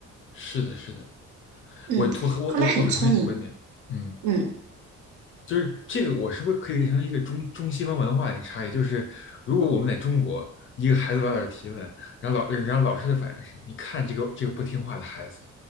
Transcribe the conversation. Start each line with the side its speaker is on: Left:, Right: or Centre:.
Left: 是的，是的，
Right: 嗯，
Left: 我同我我我很同意你的观点，
Right: 他们很聪明。
Left: 嗯，
Right: 嗯，
Left: 就是这个我是不是可以理解成一个中中西方文化的差异？就是如果我们在中国，一个孩子老在这儿提问，然后老然后老师的反应是，你看这个这个不听话的孩子，